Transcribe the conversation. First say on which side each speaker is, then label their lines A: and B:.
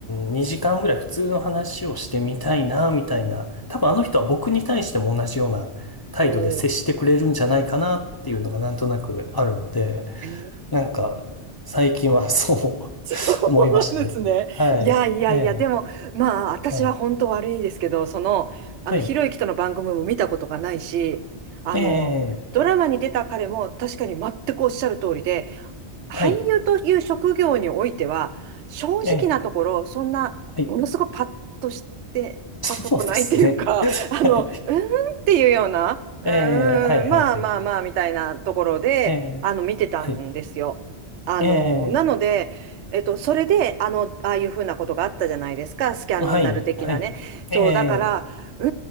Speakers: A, on the left (about 35°); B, on the right (about 85°).
A: ん2時間ぐらい普通の話をしてみたいな、みたいな。
B: おー。
A: 多分あの人は僕に対しても同じような態度で接してくれるんじゃないかなっていうのがなんとなくあるので、
B: おー。へえ。
A: なんか最近はそう
B: <laughs> そうなんですね。
A: <laughs> 思いましたね。はい。
B: いやいやいや、
A: ええ、
B: でも、まあ、私は本当悪いですけど、
A: はい。
B: その、あの、
A: はい。
B: ひろゆきとの番組も見たことがないし、あの、
A: ええ、
B: ドラマに出た彼も確かに全くおっしゃる通りで、俳優という職業においては、
A: はい。
B: 正直なところ、
A: ええ、
B: そんな、
A: はい。
B: ものすごくパッとしてたとこないっていうか、
A: そうですね。<laughs>
B: あの、
A: はい。
B: うーんっていうような、うーん、
A: ええ、はい、はい、
B: まあまあまあ、
A: はい。
B: みたいなところで、
A: ええ、
B: あの、見てたんですよ。
A: はい。
B: あの、
A: ええ、
B: なので、えっと、それで、あの、ああいうふうなことがあったじゃないですか、スキャンダル的なね。
A: はい、はい。
B: そう、
A: ええ、
B: だから、う